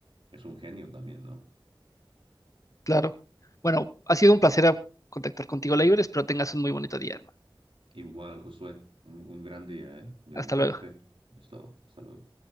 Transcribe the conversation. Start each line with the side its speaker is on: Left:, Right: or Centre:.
Right: es un genio también, ¿no?
Left: Claro. Bueno, ha sido un placer contactar contigo, Leiber. Espero tengas un muy bonito día, hermano.
Right: Igual, Josué, un, un gran día, ¿eh? De
Left: Hasta
Right: mi parte,
Left: luego.
Right: es todo. Hasta luego.